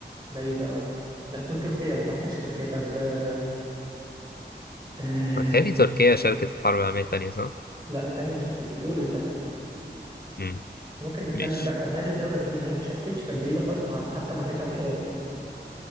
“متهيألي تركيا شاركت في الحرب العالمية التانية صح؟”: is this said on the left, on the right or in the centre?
Left